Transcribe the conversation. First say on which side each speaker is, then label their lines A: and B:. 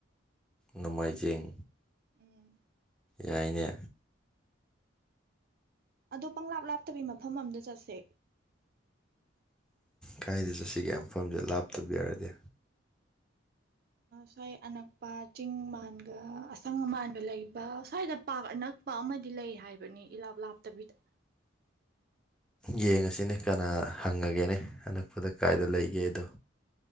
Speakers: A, in the centre; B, on the right.
A: ꯅꯣꯡꯃꯥꯏꯖꯤꯡ
B: ꯎꯝ
A: ꯌꯥꯏꯅꯦ
B: ꯑꯗꯣ ꯄꯪꯂꯥꯞ ꯂꯥꯞꯇꯕꯤꯒꯤ ꯃꯐꯝ ꯑꯝꯗ ꯆꯠꯁꯦ
A: ꯀꯥꯏꯗ ꯆꯠꯁꯤꯒꯤꯐꯝꯁꯦ ꯂꯥꯞꯇꯕ ꯌꯥꯔꯗꯤ
B: ꯁ꯭ꯋꯥꯏ ꯑꯅꯛꯄ ꯆꯤꯡ ꯃꯥꯟꯒ ꯑꯁꯪ ꯑꯃꯥꯟꯒ ꯂꯩꯕ ꯁ꯭ꯋꯥꯏꯗ ꯄꯥꯛ ꯑꯅꯛꯄ ꯑꯃꯗꯤ ꯂꯩ ꯍꯥꯏꯕꯅꯤ ꯏꯂꯥꯞ ꯂꯥꯞꯇꯕꯤꯗ
A: ꯌꯦꯡꯉꯁꯤꯅꯦ ꯀꯅꯥ ꯍꯪꯉꯒꯦꯅꯦ ꯑꯅꯛꯄꯗ ꯀꯥꯏꯗ ꯂꯩꯒꯦꯗꯣ